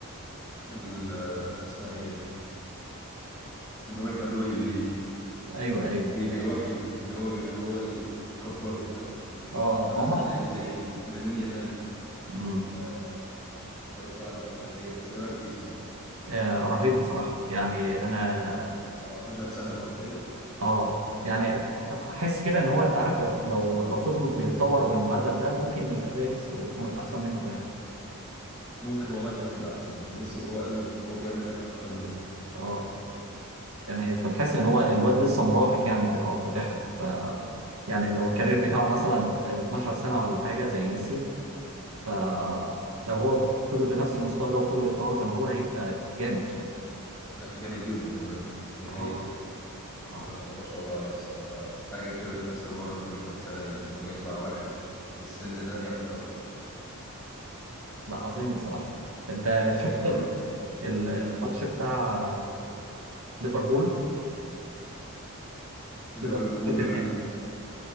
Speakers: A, in the centre; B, on the right (about 70°).
A: ال... اسمها ايه ان هو يبقى لويل ليه
B: ايوه ايوه
A: بيبقى ايوه ايوه وفي ان هو بيبقى هو اللي مكبره فاهم
B: اه
A: فمثلا
B: هم
A: لعيب اه زي لامين يامال
B: مم.
A: ده برضه طالع من الأكاديمية بس ايه رأيك فيه صحيح
B: آه رهيب بصراحة يعني أنا
A: 17 سنة متخيل
B: آه يعني حاسس كده إن هو أنت عارف لو لو فضل بيتطور بالمعدل ده ممكن يبقى زي ميسي ويكون أحسن منه كمان
A: ممكن والله كمان يبقى احسن يعني ميسي وهو قده ك- هو بيعمل حاجات اكتر منه
B: آه يعني أنت تحس إن هو الواد لسه مراهق يعني في الأول وفي الآخر ف يعني لو الكارير بتاعه مثلا 12 سنة ولا حاجة زي ميسي ف لو هو فضل بنفس المستوى ده وفضل يتطور زي ما هو هيبقى جامد
A: لا جامد جدا كمان دي
B: آه
A: حقيقة
B: آه
A: لا وما شاء الله عليه الصراحة حاجة كده بتحصل مرة كل كام سنة لما يطلع واحد بالسن ده يعمل طفرة كده
B: ده عظيم بصراحة أنت شفت
A: فعلا يعتبر
B: ال- ال- الماتش
A: فعلا.
B: بتاع ليفربول
A: ليفربول
B: ليفر- توتنهام